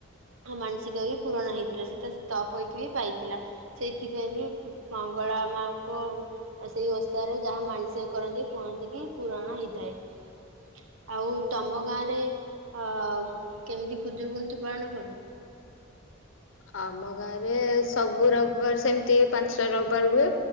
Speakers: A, on the right; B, on the left.
A: ଆ ମାନସିକ ବି ପୂୁରଣ ହେଇଥିଲା ସେ ତା ତପୋଇକି ବି ପାଇଥିଲା ସେଇଥିପାଇଁ ବି ମଙ୍ଗଳା ମାଙ୍କୁ ଆଉ ସେଇ ଓଷାରେ ଯାହା ମନସିକ କରନ୍ତି କୁହନ୍ତି କି ପୁରଣ ହେଇଥାଏ ଆଉ ତମ ଗାଁରେ ଅ କେମିତି ଖୁଦୁରୁକୁନି ପାଳନ କରୁ?
B: ଆମ ଗାଁରେ ସବୁ ରବିବାର ସେମିତି ପାଞ୍ଚଟା ରବିବାର ହୁଏ।